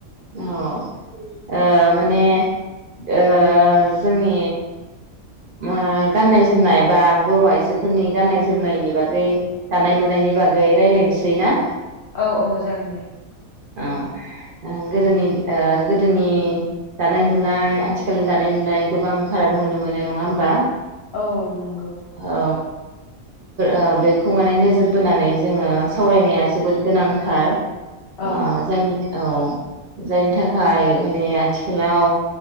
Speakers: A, on the right; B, on the left.
A: औ-ओ माने ओ जोंनि उम गाननाय-जोमनाय बा बर' आइजोफोरनि गाननाय-जोमनायनि बागै दानाय-लुनायनि बागै रायज्लायनो सैना।
B: औ-औ जागोन दे।
A: औ ओ गोदोनि ओ गोदोनि दानाय-लुनाय आथिखालनि दानाय-लुनाय गोबां फाराग नुनो मोनो न ङा होमबा।
B: औ नंगौ
A: औ ओ बेखौ माने नोजोर बोनानै जोङो सावरायनाया जोबोद गोनांथार। ओ
B: औ
A: जायनि औ जायनि थाखाय माने आथिखालाव